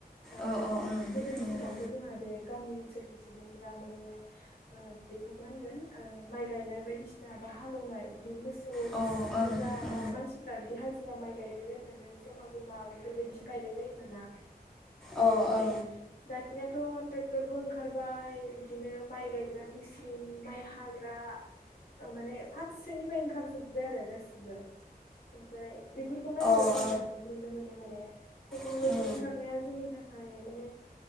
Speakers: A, on the left (about 75°); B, in the centre.
A: ओ
B: अ अ ओं
A: गोदोनि
B: नंगौ
A: समावथ' जोंहा बे गामि ओनसोलनि सुबुंफोरा माने ओ बेखौ मा होनगोन ओ माइ गायनाय बायदिसिना बा हालेवनाय बिदि मोसौनो
B: अ ओं ओं अ
A: जा बा मानसिफोरा बिदि हाजि जिरा माइ गायलायलायनानै जमा जमा बेफोरबायदिसो गायलायलायोमोन ना
B: ओं
A: ओमफ्राय
B: अ
A: दानियाथ' ट्रेक्टरबो ओंखारबाय बिदिनो माइ गायग्रानि मिसिं माइ हाग्रा माने फारसेनिफ्राय ओंखारजोबबाय आरो गासिबो ओमफ्राय बेफोरखौ नायोबा
B: ओं
A: जोङो नुनो मोनो माने टेक्न'लजि
B: ओं
A: ओंखारनाया जोंनि थाखाय माने